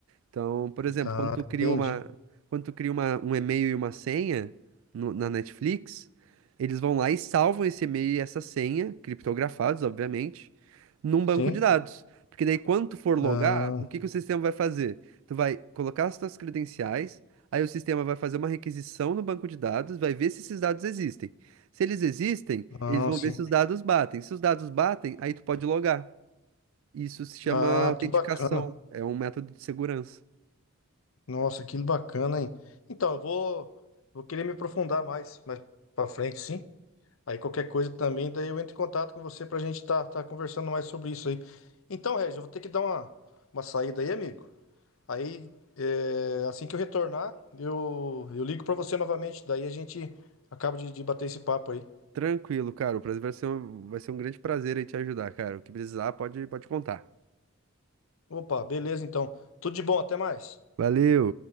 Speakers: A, on the right; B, on the left.
A: Então, por exemplo,
B: ah,
A: quando tu cria
B: entendi.
A: uma, quando tu cria uma, um e-mail e uma senha no- na Netflix, eles vão lá e salvam esse e-mail e essa senha, criptografados, obviamente, num banco
B: Sim.
A: de dados. Porque daí, quando tu for logar,
B: Ah,
A: o que que o sistema vai fazer? Tu vai colocar as tuas credenciais, aí o sistema vai fazer uma requisição no banco de dados, vai ver se esses dados existem. Se eles existem,
B: ah,
A: eles vão
B: sim.
A: ver se os dados batem. Se os dados batem, aí tu pode logar. Isso se chama
B: Ah,
A: autenticação,
B: que bacana.
A: é um método de segurança.
B: Nossa, que bacana, hein? Então, eu vou, vou querer me aprofundar mais, mais pra frente, sim. Aí qualquer coisa também, daí eu entro em contato com você pra gente tá, tá conversando mais sobre isso aí. Então, Regis, eu vou ter que dar uma, uma saída aí, amigo. Aí, é, assim que eu retornar, eu, eu ligo pra você novamente. Daí a gente acaba de, de bater esse papo aí.
A: Tranquilo, cara. O prazer vai ser um, vai ser um grande prazer aí te ajudar, cara. O que precisar, pode, pode contar.
B: Opa, beleza, então. Tudo de bom, até mais.
A: Valeu!